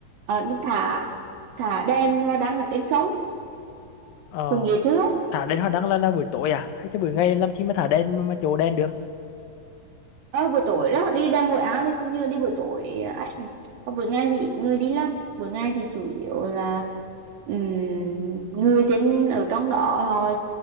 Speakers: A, on the right (about 70°); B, on the left (about 80°).
A: à, mình thả thả đèn hoa đăng ở trên sông
B: ờ
A: cùng dễ thương
B: thả đèn hoa đăng là, là buổi tối à hay cho buổi ngày làm chi mà thả đèn mà, mà chỗ đèn được
A: Ờ, buổi tối đó đi đang hội Á thì hầu như là đi buổi tối à, anh còn buổi ngày thì ít người đi lắm buổi ngày thì chủ yếu là ừm, người dân ở trong đó họ